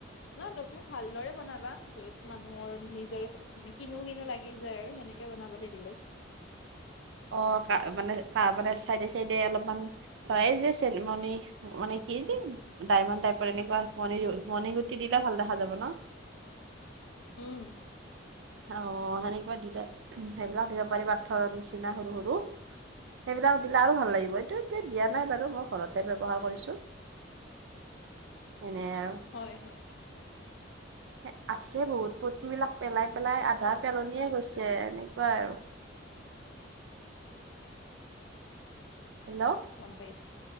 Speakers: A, on the left; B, on the right.
A: নহয়, নহয় তুমি ভালদৰে বনাবা, য'ত মানুহৰ নিজৰে মানে কিনো- কিনো লাগি যায় আৰু সেনেক কিয় বনাবলে দিলো।
B: অ', কা মানে <unintelligible> চাইডে- চাইডে অলপমান ধৰা এই যে চেলমণি মানে কি যে ডায়মণ্ড টাইপৰ এনেকুৱা মনি <unintelligible> মণিগুটি দিলে ভাল দেখা যাব ন'?
A: উম।
B: অ, সেনেকুৱা দিলে সেইবিলাক দিব পাৰি পাথৰৰ নিচিনা সৰু সৰু। সেইবিলাক দিলে আৰু ভাল লাগিব এইটো এতিয়া দিয়া নাই বাৰু মই ঘৰতে ব্যৱহাৰ কৰিছোঁ। এনেই আৰু।
A: হয়, হয়।
B: <unintelligible> আছে বহুত পটী বিলাক পেলাই পেলাই আধা পেলনিয়ে গৈছে এনেকুৱাই আৰু। হেল্লো'
A: গম পাইছো,